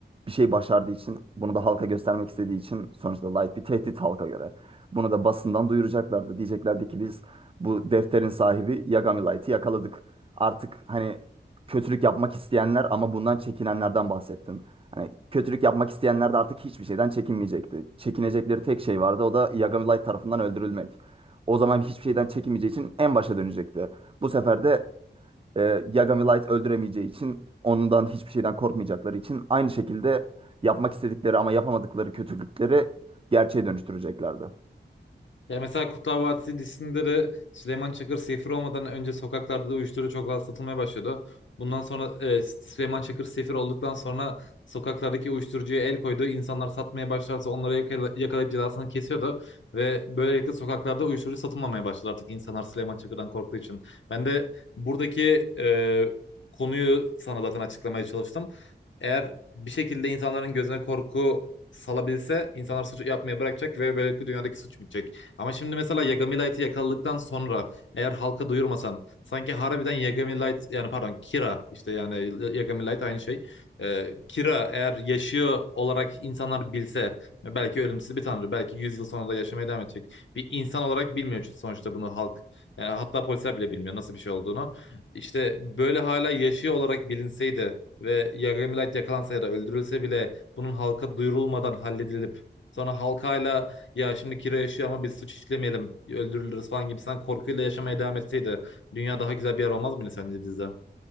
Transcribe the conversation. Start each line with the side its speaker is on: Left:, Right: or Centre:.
Right: bir şey başardığı için bunu da halka göstermek istediği için sonuçta Light bir tehdit halka göre. Bunu da basından duyuracaklardı. Diyeceklerdi ki biz bu defterin sahibi Yagami Light'ı yakaladık. Artık hani kötülük yapmak isteyenler ama bundan çekinenlerden bahsettin. Hani kötülük yapmak isteyenler de artık hiçbir şeyden çekinmeyecekti. Çekinecekleri tek şey vardı o da Yagami Light tarafından öldürülmek. O zaman hiçbir şeyden çekinmeyeceği için en başa dönecekti. Bu sefer de e, Yagami Light öldüremeyeceği için ondan hiçbir şeyden korkmayacakları için aynı şekilde yapmak istedikleri ama yapamadıkları kötülükleri gerçeğe dönüştüreceklerdi.
Left: Ya mesela Kurtlar Vadisi dizisinde de Süleyman Çakır sefir olmadan önce sokaklarda da uyuşturucu çok fazla satılmaya başladı. Bundan sonra e, Süleyman Çakır sefir olduktan sonra sokaklardaki uyuşturucuya el koydu. İnsanlar satmaya başlarsa onları yakala- yakalayıp cezasını kesiyordu. Ve böylelikle sokaklarda uyuşturucu satılmamaya başladı artık insanlar Süleyman Çakır'dan korktuğu için. Ben de buradaki e, konuyu sana zaten açıklamaya çalıştım. Eğer bir şekilde insanların gözüne korku salabilse insanlar suç yapmaya bırakacak ve böylelikle dünyadaki suç bitecek. Ama şimdi mesela Yagami Light'ı yakaladıktan sonra eğer halka duyurmasan sanki harbiden Yagami Light yani pardon Kira işte yani Yagami Light aynı şey. Ee, Kira eğer yaşıyor olarak insanlar bilse belki ölümsüz bir tanrı belki 100 yıl sonra da yaşamaya devam edecek. Bir insan olarak bilmiyor çünkü sonuçta bunu halk yani hatta polisler bile bilmiyor nasıl bir şey olduğunu. İşte böyle hala yaşıyor olarak bilinseydi ve Yagami Light yakalansa ya da öldürülse bile bunun halka duyurulmadan halledilip sonra halkayla ya şimdi Kira yaşıyor ama biz suç işlemeyelim öldürülürüz falan gibisinden korkuyla yaşamaya devam etseydi dünya daha güzel bir yer olmaz mıydı sence dizide?